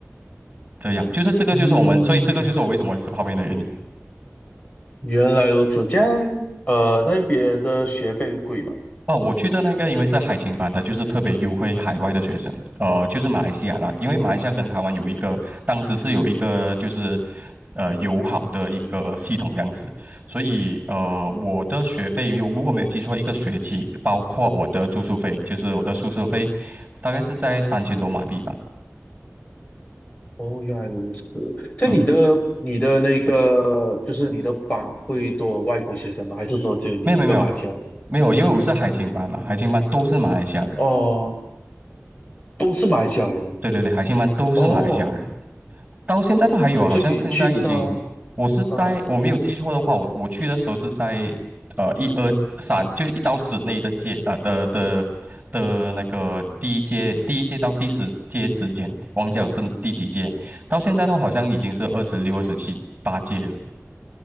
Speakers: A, on the right; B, on the left.
A: 这样。就是这个就是我们，
B: 嗯，
A: 所以这个就是我为什么吃泡面的原因。
B: 原来如此，这样，呃，那边的学费贵吗？
A: 哦，我去的那个因为是海青班，它就是特别优惠海外的学生，呃，就是马来西亚啦，因为马来西亚跟台湾有一个，当时是有一个就是呃友好的一个系统这样子，所以呃我的学费有如果没有记错，一个学期包括我的住宿费，就是我的宿舍费，大概是在三千多马币吧。
B: 哦，原来如此。那你的你的那个，
A: 嗯，
B: 就是你的榜会多外国学生吗？还是说只有你一个马来西亚人？
A: 没有没有没有没有，因为我们是海青班嘛，海青班都是马来西亚人，
B: 哦都是马来西亚人
A: 对对对，海青班都是马来西亚人。
B: 哦，
A: 到现在都还有啊好像现在已经，
B: 所以你去他
A: 我是在我没有记错的话，
B: 啊，
A: 我我去的时候是在呃一二三，就是一到十内的届啊、的的的那个第一届第一届到第十届之间，王角是第几届？到现在都好像已经是二十六、二十七、八届了，